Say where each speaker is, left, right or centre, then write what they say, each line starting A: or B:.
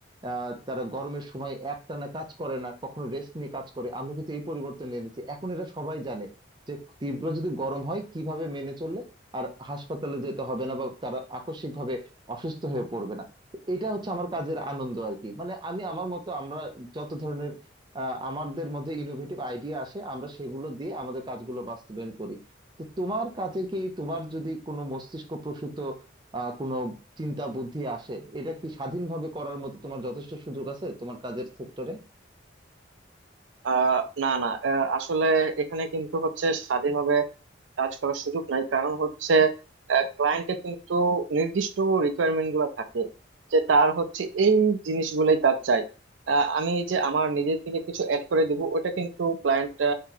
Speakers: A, on the right; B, on the right.
A: আহ তারা গরমের সময় একটানা কাজ করে না কখনো রেস্ট নিয়ে কাজ করে আমরা কিন্তু এই পরিবর্তন এনেছি এখন এটা সবাই জানে যে তীব্র যদি গরম হয় কিভাবে মেনে চললে আর হাসপাতালে যেতে হবে না বা তারা আকস্মিকভাবে অসুস্থ হয়ে পড়বে না এটা হচ্ছে আমার কাজের আনন্দ আর কি মানে আমি আমার মতো আমরা যত ধরনের আহ আমাদের মধ্যে ইনোভেটিভ আইডিয়া আসে আমরা সেগুলো দিয়ে আমাদের কাজগুলো বাস্তবায়ন করি তো তোমার কাছে কি তোমার যদি কোনো মস্তিষ্ক প্রসূত আহ কোনো চিন্তা বুদ্ধি আসে এটা কি স্বাধীনভাবে করার মতো তোমার যথেষ্ট সুযোগ আছে তোমার কাজের সেক্টরে
B: আহ না না আহ, আসলে এখানে কিন্তু হচ্ছে স্বাধীনভাবে কাজ করার সুযোগ নাই কারণ হচ্ছে ক্লায়েন্টের কিন্তু নির্দিষ্ট রিকোয়ারমেন্ট গুলো থাকে যে তার হচ্ছে এই জিনিসগুলোই তার চাই আহ, আমি যে আমার নিজের থেকে কিছু অ্যাড করে দিব ওটা কিন্তু ক্লায়েন্ট